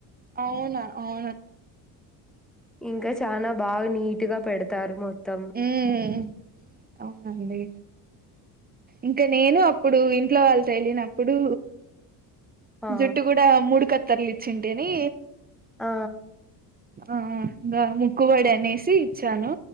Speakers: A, on the right; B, in the centre.
A: అవునా అవునా
B: ఇంకా చానా బాగా నీటుగా పెడతారు మొత్తం
A: ఉమ్ అవునండి ఇంకా నేను అప్పుడు ఇంట్లో వాళ్ళతో యెళ్ళినప్పుడు
B: ఆ
A: జుట్టు కూడా మూడు కత్తర్లు ఇచ్చింటేని
B: ఆ
A: ఆ ఇగా ముక్కుబడి అనేసి ఇచ్చాను